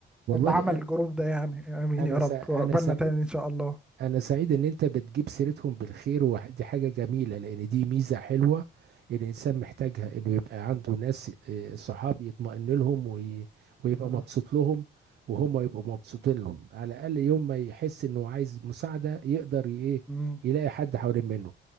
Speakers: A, on the right (about 55°); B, in the centre.
A: والله
B: اللي عمل
A: انا
B: الجروب ده يعني امين
A: انا
B: يا رب
A: سع-
B: وقبلنا
A: انا سعيد
B: تاني ان شاء الله
A: أنا سعيد إن أنت بتجيب سيرتهم بالخير ودي حاجة جميلة لأن دي ميزة حلوة الإنسان محتاجها إنه يبقى عنده ناس آه، صحاب يطمئن لهم وي- ويبقى
B: آه.
A: مبسوط لهم وهم يبقوا مبسوطين لهم على الأقل يوم ما يحس إنه عايز مساعدة يقدر ي- إيه
B: مم.
A: يلاقي حد حوالين منه